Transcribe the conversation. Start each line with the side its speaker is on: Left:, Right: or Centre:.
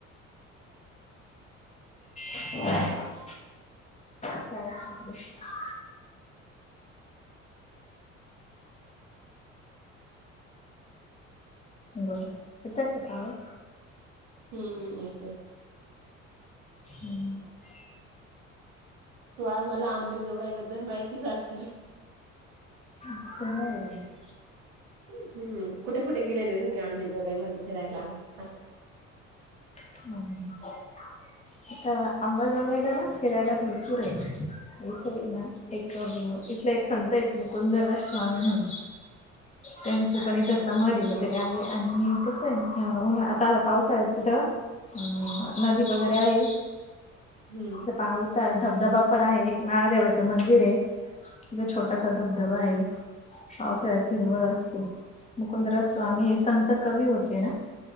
Left: <inaudible> <unintelligible> बरं किता कता आहे?
Right: हम्मम यतोय.
Left: <inaudible>
Right: तू आज मला आंबेजोगाई बद्दल, माहिती सांगतो.
Left: चश.
Right: हम्म कुठे कुठे गेले ते तुम्ही, आंबेजोगाई मध्ये फिरायला असं?
Left: <inaudible> आता आंबा जोगायला ना फिरायला भरपूर आहे. एक का आहे ना एक इथले एक संत आहेत, मुकुंदराज स्वामी म्हणून. त्यांच पण इथं समाधी वगैरे आहे आणि तसं आहे हा उन्हा आणि आता पावसाळ्यात तिथं हा नदी वगैरे आहे.
Right: हम्म.
Left: ते पाऊसा धबधबा पण आहे, एक महादेवाचं मंदिर आहे. तिथं छोटासा धबधबा आहे. पावसाळ्यात हिरवळ, असते मुकुंदरा स्वामी. संत कवी होते ना,